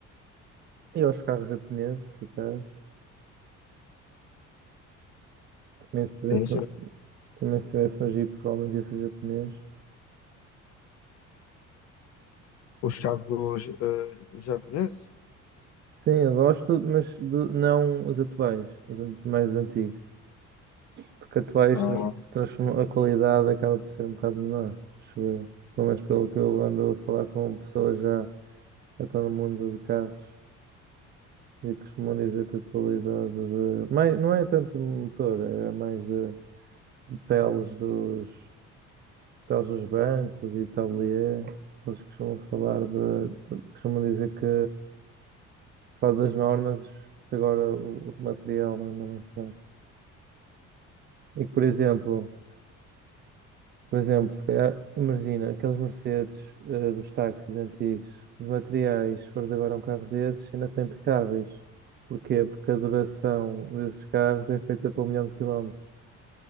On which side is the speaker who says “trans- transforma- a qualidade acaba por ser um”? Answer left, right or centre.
Right